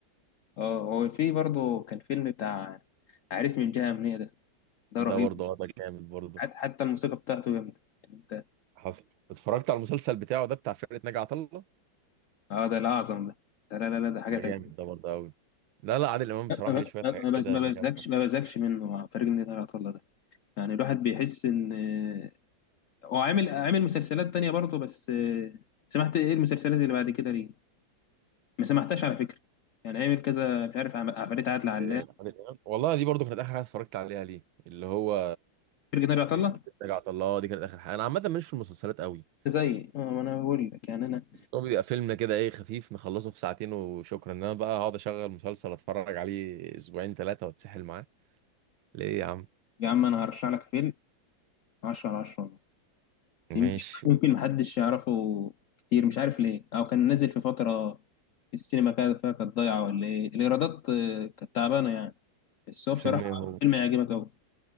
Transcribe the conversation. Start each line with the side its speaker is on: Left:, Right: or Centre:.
Left: اه هو في برضه كان فيلم بتاع عريس من جهة أمنية ده ده رهيب
Right: ده برضه اه ده جامد برضه
Left: حت- حتى الموسيقى بتاعته جامدة يعني أنت
Right: حصل اتفرجت على المسلسل بتاعه ده بتاع فرقة ناجي عطا الله
Left: اه ده الأعظم ده ده لا لا لا ده حاجة
Right: ده
Left: تانية
Right: جامد ده برضه قوي لا لا عادل امام بصراحة
Left: ما
Right: ليه شوية
Left: ما-
Right: حاجات
Left: ما
Right: كده
Left: بز- ما بزكش
Right: جامدة
Left: ما بزكش منه مع فريق النادي العطلة ده يعني الواحد بيحس إن آه، هو عامل عامل مسلسلات تانية برضه بس آه، سمعت إيه المسلسلات اللي بعد كده ليه؟ ما سمحتهاش على فكره يعني عامل كذا مش عارف عم- عفاريت عادل علام
Right: إيه، عادل امام والله دي برضه كانت اخر حاجة اتفرجت عليها ليه اللي هو
Left: فرقة ناجي عطا
Right: بتاع
Left: الله
Right: فرقة ناجي عطا الله دي كانت اخر حاجة انا عامة ماليش في المسلسلات قوي
Left: زي آه، ما انا بقول لك يعني انا
Right: هو بيبقى فيلمنا كده ايه خفيف نخلصه في ساعتين وشكرا انما بقى هقعد اشغل مسلسل اتفرج عليه اسبوعين ثلاثة واتسحل معاه ليه يا عم
Left: يا عم انا هرشح لك فيلم 10 على 10 والله
Right: ماشي
Left: يمكن يمكن محدش يعرفه كتير مش عارف ليه او كان نازل في فتره السينما كانت فيها كانت ضايعه ولا ايه الايرادات آه، كانت تعبانه يعني بس هو
Right: فيلم
Left: بصراحه
Right: ايه هو
Left: فيلم هيعجبك قوي